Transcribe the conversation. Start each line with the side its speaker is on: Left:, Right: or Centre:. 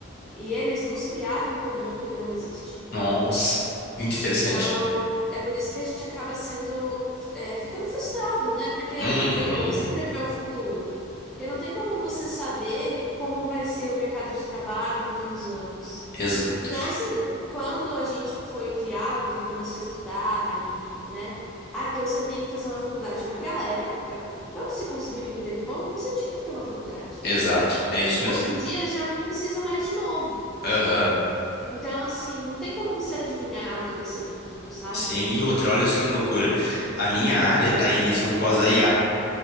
Centre: E eles nos criaram para um mundo que não existe.
Left: Nossa, muito interessante.
Centre: Então, é por isso que a gente acaba sendo, é, ficando frustrado, né? Porque
Left: Uhum,
Centre: não tem como você prever o futuro. E não tem como você saber como vai ser o mercado de trabalho daqui a uns anos.
Left: exato,
Centre: Então, assim, quando a gente foi criado e começou a estudar e, né? Ah, que você tem que fazer uma faculdade. Naquela época, para você conseguir um emprego bom, você tinha que ter uma faculdade.
Left: exato. É isso mesmo.
Centre: Hoje em dia já não precisa mais de novo.
Left: Aham.
Centre: Então, assim, não tem como você adivinhar o que vai ser do futuro, sabe?
Left: Sim, e outra, olha só que loucura. A minha área tá em risco por causa da IA.